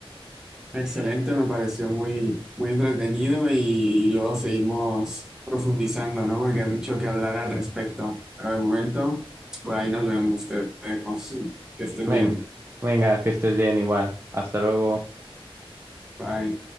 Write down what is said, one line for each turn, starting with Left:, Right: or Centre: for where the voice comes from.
Centre: Excelente, me pareció muy, muy entretenido y, luego seguimos profundizando, ¿no? Porque hay mucho que hablar al respecto. Pero de momento, por ahí nos vemos, te dejo. Que estés
Right: Ven,
Centre: bien.
Right: venga, que estés bien igual. Hasta luego.
Centre: Bye.